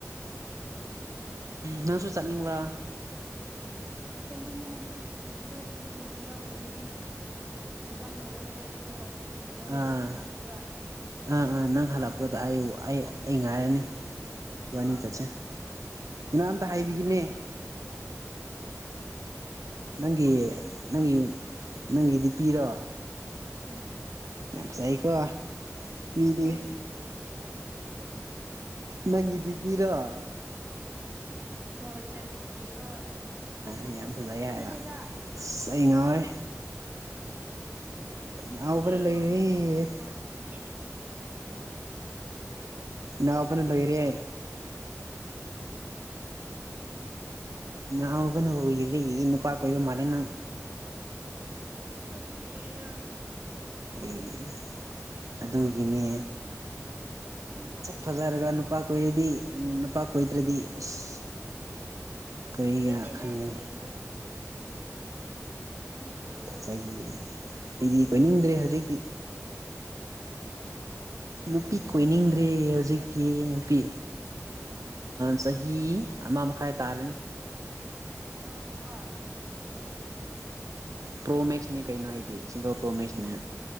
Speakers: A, on the right (about 80°); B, on the right (about 35°).
A: ꯅꯪꯁꯨ ꯆꯠꯅꯤꯡꯕ꯭ꯔꯥ
B: ꯆꯠꯅꯤꯡꯉꯤꯅꯦ ꯑꯗꯨ ꯑꯗꯨꯕꯨ ꯑꯦꯛꯖꯥꯝ ꯂꯧꯔꯤꯅꯦ ꯑꯦꯛꯖꯥꯝ ꯂꯧꯔꯒ ꯆꯠ ꯁꯤꯔꯣ ꯑꯩ
A: ꯑꯥ
B: ꯑꯦꯛꯖꯥꯝ ꯍꯜꯂꯛꯄꯒ
A: ꯑꯥ ꯑꯥ ꯅꯪ ꯍꯜꯂꯛꯄꯗ ꯑꯩ ꯑꯩ ꯑꯩ ꯉꯥꯏꯔꯅꯤ ꯑꯗꯨꯅꯤ
B: ꯑꯥ
A: ꯆꯠꯆꯥꯦ ꯏ ꯑꯝꯇ ꯍꯥꯏꯕꯤꯒꯤꯅꯦ ꯅꯪꯒꯤ ꯅꯪꯒꯤ ꯅꯪꯒꯤꯗꯤ ꯄꯤꯔꯣ
B: ꯎꯝ
A: ꯌꯥꯝ ꯁꯥꯏꯀꯣ ꯃꯤꯗꯤꯨ
B: ꯑꯩꯒꯤ
A: ꯅꯪꯒꯤꯗꯤ ꯄꯤꯔꯣꯏ
B: ꯍ ꯆꯕꯗꯤꯇ ꯍꯣꯏ
A: ꯑ ꯌꯥꯝ ꯐꯖꯩ
B: ꯐꯖꯗꯦꯗ
A: ꯍꯥꯏꯕ ꯑꯁ ꯑꯩ ꯉꯥꯎꯔꯦ ꯉꯥꯎꯕꯅ
B: ꯌꯦ
A: ꯂꯣꯏꯔꯦ
B: ꯃꯥꯃꯦꯅꯦ ꯍꯨ ꯃꯥꯃꯤꯅꯦ
A: ꯉꯥ ꯐ ꯂꯣꯏꯔꯤ
B: ꯑꯣ
A: ꯅꯅꯥꯕ ꯅ ꯏꯔꯤ ꯏ ꯅꯨꯄꯥ ꯀꯣꯏꯕ ꯃꯂꯦꯅ
B: ꯀꯕꯅꯤ ꯀꯣꯏꯗ
A: ꯑꯦ ꯑꯗꯨꯒꯤꯅꯦ
B: ꯅꯪꯗꯤ ꯀꯣꯏꯗ꯭ꯔꯣ
A: ꯐꯖꯔꯒ ꯅꯨꯄꯥ ꯀꯣꯏꯔꯗꯤ ꯎ ꯅꯨꯄꯥ ꯀꯣꯏꯗ꯭ꯔꯗꯤ ꯑꯁ ꯀꯔꯤꯒꯤꯅ
B: ꯐꯖꯗꯦꯍꯦ
A: ꯈꯟꯒꯅꯤ
B: ꯂꯩꯒꯤꯔꯣ ꯐꯖꯗꯦꯍꯦ ꯅꯪꯗꯤ ꯀꯣꯏꯗ꯭ꯔꯣ
A: ꯐꯖꯩꯌꯦ ꯑꯩꯗꯤ ꯀꯣꯏꯅꯤꯡꯗ꯭ꯔꯦ ꯍꯧꯖꯤꯛꯇꯤ
B: ꯆꯍꯤ
A: ꯅꯨꯄꯤ
B: ꯌꯥꯝ
A: ꯀꯣꯏꯅꯤꯡꯗ꯭ꯔꯦ
B: ꯀꯌꯥ ꯁꯨꯔꯒꯦ
A: ꯍꯧꯖꯤꯛꯇꯤ ꯅꯨꯄꯤ
B: ꯎꯝ
A: ꯆꯍꯤ ꯑꯃ ꯃꯈꯥꯏ ꯇꯥꯔꯅꯤ
B: ꯍꯃꯥ ꯃꯈꯈ
A: ꯄ꯭ꯔꯣ ꯃꯦꯛꯁꯅꯦ ꯀꯩꯅꯣ ꯑꯩꯗꯤ ꯁꯤꯡꯒꯜ ꯄ꯭ꯔꯣ ꯃꯦꯛꯁꯅꯦ